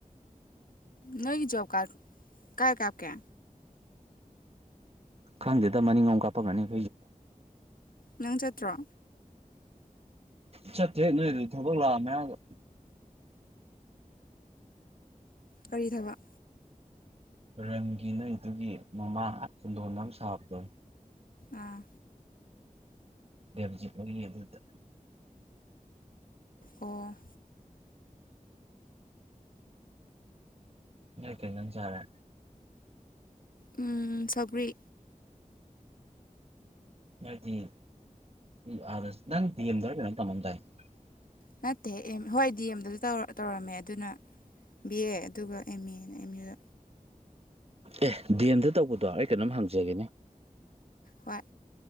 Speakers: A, on the left; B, on the right.
A: ꯅꯣꯏꯒꯤ ꯖꯣꯕ ꯀꯠ ꯀꯥꯏ ꯀꯥꯞꯀꯦ
B: ꯈꯪꯗꯦꯗ ꯃꯅꯤꯡꯂꯣꯝ ꯀꯥꯞꯄꯝꯒꯅꯤ
A: ꯅꯪ ꯆꯠꯇ꯭ꯔꯣ
B: ꯆꯠꯇ꯭ꯔꯦ ꯅꯣꯏ ꯑꯗꯨ ꯊꯕꯛ ꯂꯥꯛꯑꯃꯦ ꯍꯥꯏꯔꯒ
A: ꯀꯔꯤ ꯊꯕꯛ
B: ꯔꯪꯒꯤ ꯅꯣꯏꯗꯨꯒꯤ ꯃꯃꯥꯡ ꯈꯨꯟꯗꯣꯟꯗ ꯑꯃ ꯁꯥꯕꯣꯗꯣ
A: ꯑꯥ
B: ꯗꯦꯕꯖꯤꯠꯍꯣꯏꯒꯤ ꯑꯗꯨꯗ
A: ꯑꯣ
B: ꯅꯣꯏ ꯀꯩ ꯌꯦꯟꯖꯡ ꯆꯔꯦ
A: ꯎꯝ ꯁꯧꯒꯔ꯭ꯤ
B: <inaudible>
A: ꯅꯠꯇꯦ ꯑꯦꯝ ꯍꯣꯏ ꯗꯤ ꯑꯦꯝꯗꯁꯨ ꯇꯧꯔꯝꯃꯦ ꯑꯗꯨꯅ ꯕꯤ ꯑꯦ ꯑꯗꯨꯒ ꯑꯦꯝ ꯑꯦꯅ ꯑꯦꯝ ꯌꯨ
B: ꯑꯦ ꯗꯤ ꯑꯦꯝꯗ ꯇꯧꯕꯗꯣ ꯑꯩ ꯀꯩꯅꯣꯝ ꯍꯪꯖꯒꯦꯅꯦ
A: ꯍꯣꯏ